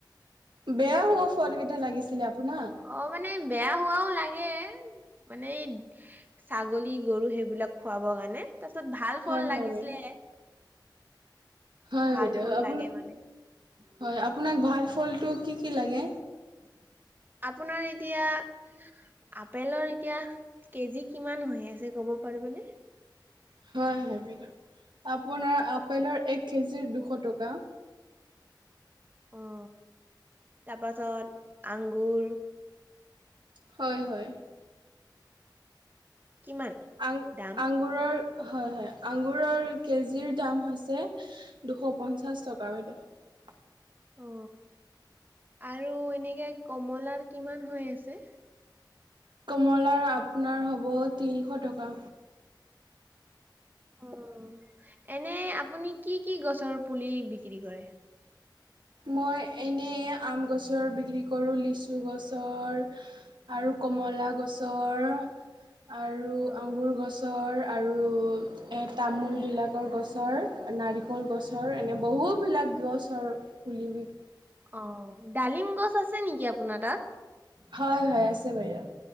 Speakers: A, on the right; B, on the right.
A: বেয়া হব ফল কেইটা লাগিছিলে আপোনাক
B: অ মানে বেয়া হোৱাও লাগে। মানে ছাগলী গৰু সেইবিলাক খুৱাবৰ কাৰণে, তাৰপিছত ভাল
A: হয়
B: ফল
A: হয়
B: লাগিছিলে
A: বাইদেউ হয়
B: ভাল
A: হয় বাইদেউ
B: ফল
A: আপোন
B: লাগে মানে
A: হয় আপোনাক ভাল ফলটো কি কি লাগে।
B: আপোনাৰ এতিয়া আপেলৰ এতিয়া কেজি কিমান হৈ আছে ক'ব। পাৰিব নে।
A: <inaudible> হয় হয় বাইদেউ আপোনাৰ আপেলৰ এক কেজিৰ দুশ টকা।
B: অ তাৰপাছত আঙুৰ
A: হয় হয়।
B: কিমান
A: আং
B: দাম
A: আঙুৰৰ হয় হয় আঙুৰৰ কেজিৰ দাম হৈছে দুশ পঞ্চাছ টকা বাইদেউ।
B: অ আৰু এনেকে কমলাৰ কিমান হৈ আছে?
A: কমলাৰ আপোনাৰ হ'ব তিনিশ টকা।
B: অ এনে আপুনি কি কি গছৰ পুলি বিক্ৰী কৰে?
A: মই এনেই আম গছৰ বিক্ৰী কৰোঁ লিচু গছৰ আৰু কমলা গছৰ আৰু
B: অ
A: আঙুৰ গছৰ আৰু তামোলবিলাকৰ গছৰ নাৰিকল গছৰ এনে বহুবিলাক গছ আৰু পুলিব
B: অ ডালিম গছ আছে নেকি আপোনাৰ তাত?
A: হয় হয় আছে বাইদেউ।